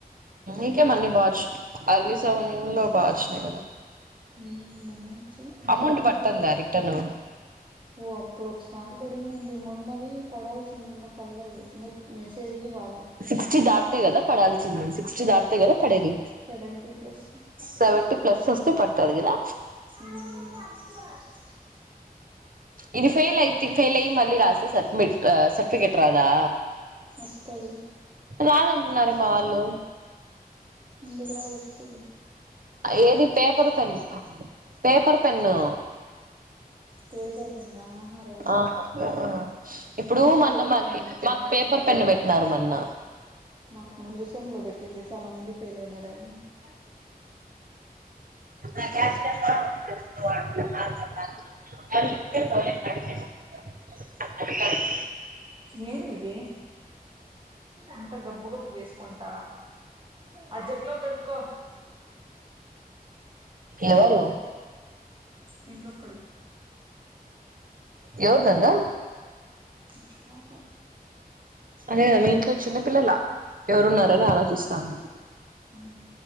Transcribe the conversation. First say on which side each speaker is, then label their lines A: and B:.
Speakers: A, on the right; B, on the right.
A: ఇంకేమన్ని బా వచ్చినాయి అన్ని సెమ్లలో బా వచ్చినాయి కదా
B: ఊ బా వచ్చాయ్ ముందుగా
A: అమౌంట్ పడుతుందా
B: ఇంకా
A: రిటర్న్
B: ఓ అప్పుడు ఒకసారి పడింన్నింది మొన్నవీ పడాల్సింది ఇంకా పల్లేదు ఇంకా మెసేజ్ కూడ రాల
A: సిక్స్టీ దాటితే కదా పడాల్సింది సిక్స్టీ దాటితే కదా పడేది
B: సెవెంటీ ప్లస్
A: సెవెంటీ ప్లస్ వస్తే పడతది కదా
B: ఊ
A: ఇది ఫెయిల్ అయితి ఫెయిల్ అయ్ మళ్ళీ రాస్తే సబ్మిట్ సర్టిఫికేట్ రాదా
B: వస్తది
A: రాదంటున్నారే మా వాళ్ళు
B: ఎందుకు రాదు వస్తది
A: ఏది పేపరు పెన్ పేపర్ పెన్నూ
B: పేపర్ పెన్నా ఆహా రాదు
A: ఆహా ఆ ఇప్పుడూ
B: మీకి
A: మన్న
B: పేపర్
A: మాకి
B: పెన్ పెట్టినారా
A: మాకు పేపర్ పెన్ను పెట్టినారు మొన్న
B: మాకు ముందు సమ్ లో పెట్టిండ్రి చాలా మంది ఫెయిల్ అయినారనీ
A: నా గ్యాస్ స్టవ్ కూడా ఒక ప్రస్తుతం వాడుతున్నా పాత కాలం. అవి ఉంటే టోలెట్ కట్టేసుకుంటాను. అది కాదు.
B: ఏందది అంత గబ్బు గబ్బు జెస్ కుంటా అ జగ్లో గడ్కో
A: ఎవరు
B: దీంట్లోకి కడుగు
A: ఎవరు గంగా
B: మా పాప
A: అదే కదా మీ ఇంట్లో చిన్న పిల్లలా ఎవరున్నారని ఆలోచిస్తాను
B: ఉం